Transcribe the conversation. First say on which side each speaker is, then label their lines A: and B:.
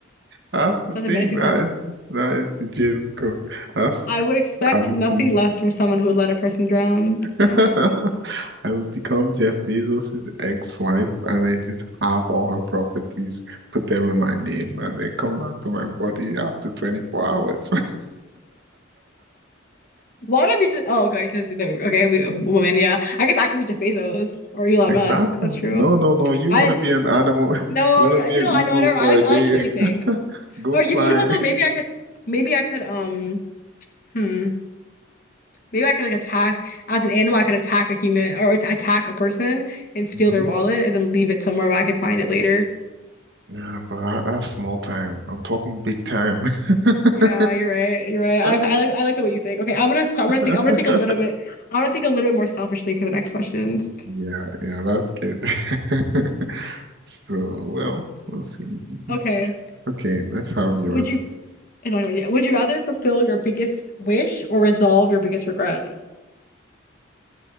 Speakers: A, on the right (about 55°); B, on the left (about 45°).
A: That's
B: Such
A: the
B: a
A: thing.
B: menacing
A: That
B: plot.
A: is that is the gist. Because that's
B: I would expect
A: I would
B: nothing
A: be
B: less from someone who would let a person drown. So
A: <laughs>
B: it's
A: I would become Jeff Bezos's ex-wife and
B: <laughs>
A: then just have all her properties, put them in my name, and then come back to my body after 24 hours. <laughs>
B: why would I be just oh okay, because okay, we, a woman, yeah. I guess I could be Jeff Bezos or Elon
A: Exactly.
B: Musk. That's true.
A: No, no, no. You
B: I
A: want
B: didn't
A: to be an animal? <laughs>
B: no,
A: You want
B: yeah,
A: to be
B: you know,
A: an
B: I
A: eagle
B: know whatever. I
A: for
B: like
A: a
B: I
A: day?
B: like the way you think.
A: <laughs> Go
B: Or you,
A: fly.
B: you know what though? Maybe I could, maybe I could, um, hmm, maybe I could like attack as an animal. I could attack a human or att- attack a person and steal
A: hmm
B: their wallet and then leave it somewhere where I could find it later.
A: Yeah, but that, that's small time. I'm talking big time. <laughs>
B: Yeah, you're right. You're right. I,
A: Ah.
B: I like, I like the way you think. Okay, I'm gonna, so I'm gonna think.
A: <laughs>
B: I'm gonna think a little bit. I'm gonna think a little bit more selfishly for the next questions.
A: Yeah, yeah, that's good. <laughs> So, well, we'll see. Mhm.
B: Okay.
A: Okay, let's have yours.
B: Would you? It's my turn. Yeah. Would you rather fulfill your biggest wish or resolve your biggest regret?